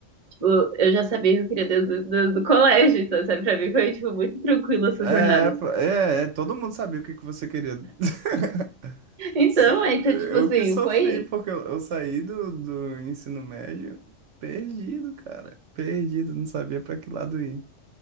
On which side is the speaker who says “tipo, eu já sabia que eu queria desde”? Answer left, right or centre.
Right